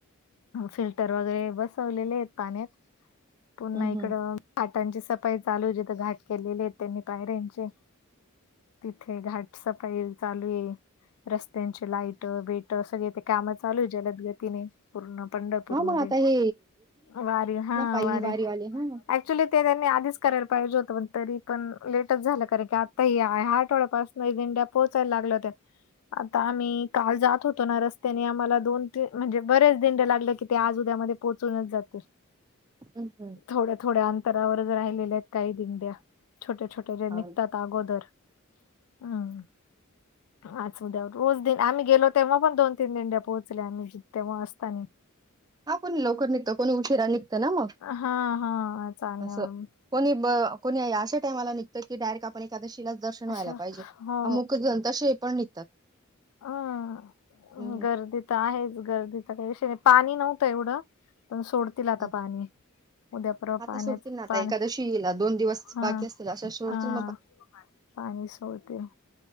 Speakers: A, on the left (about 75°); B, on the right (about 20°).
A: फिल्टर वगैरे बसवलेले आहेत. पाण्यात पुन्हा
B: हम्म
A: एक- घाटांची सफाई चालू हो जिथ घाट केलेली आहेत. त्यांनी पायऱ्यांचे तिथे घाटसफाई चालू हे रस्त्यांची लाईट बीट सगळे ते कामं चालू जलदगतीने पूर्ण पंढरपूरमध्ये
B: हा मग आता हे
A: वारी हा
B: पायी
A: वारी
B: वारीवाले आली ना
A: ऍक्च्युली ते त्यांनी आधीच करायला पाहिजे होतं. पण तरी पण लेटच झालं कारण की आत्ता हि या आठवड्यापासून काही दिंड्या पोहचायला लागले होत्या. आता आम्ही काल जात होतो. ना रस्त्याने आम्हाला दोन तीन म्हणजे बऱ्याच दिंड्या लागलं. की ते आज उद्यामध्ये पोचूनच जाते.
B: हम् हम
A: थोड्या थोड्या अंतरावरच राहिलेल्या आहेत. काही दिंड्या छोटे छोट्या जे निघतात.
B: हा
A: अगोदर हं आजच उद्या रोज आम्ही गेलो. तेव्हा पण दोन तीन दिंड्या पोहोचल्या आम्ही तेव्हा असतानी.
B: हा कोणी लवकर निघतं कोणी उशीरा निघतं ना मग!
A: हा हा चालंन
B: असं कोणी ब कोणी अशा टाईमाला निघत की डायरेक्ट आपण एकादशीलाच दर्शन
A: अशा
B: व्हायला पाहिजे.
A: हो
B: अमुक जन तसेही पण निघतात.
A: ह
B: हम्म
A: गर्दीत आहेच गर्दी तर त्याविषय पाणी नव्हतं. एवढं पण सोडतील आता
B: हम्म
A: पाणी उद्यापर्वा
B: आता
A: पाण्याचा
B: सोडतील ना आता
A: पाण्या
B: एकादशी येईला दोन दिवस
A: हा
B: बाकी असतील अशा सोडतील
A: हा उद्या एकादशी दोन दिवसाचं पाणी मग सोडतील मग पाणी सोडतील